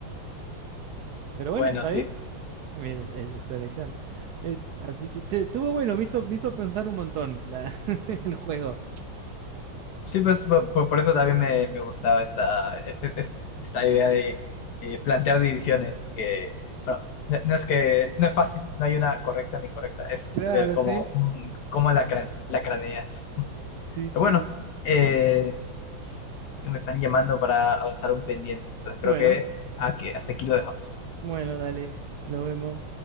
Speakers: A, on the right; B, on the left.
A: Pero bueno,
B: Bueno,
A: está
B: sí.
A: bien. Es, es tu elección. Eh, así que, che, estuvo bueno, me hizo, me hizo pensar un montón la- <laughs> el juego.
B: Sí, pues po- po- por, eso también me, me gustaba esta, e- e- es- esta idea de eh, plantear divisiones que, bueno, no, no es que no es fácil, no hay una correcta ni incorrecta, es
A: Claro,
B: ver cómo,
A: sí,
B: mm, cómo la, cran- la craneas.
A: sí,
B: Pero
A: sí.
B: bueno, eh, s- me están llamando para avanzar un pendiente. Entonces
A: Bueno,
B: creo que, ah, que hasta aquí lo dejamos.
A: bueno, dale, nos vemos.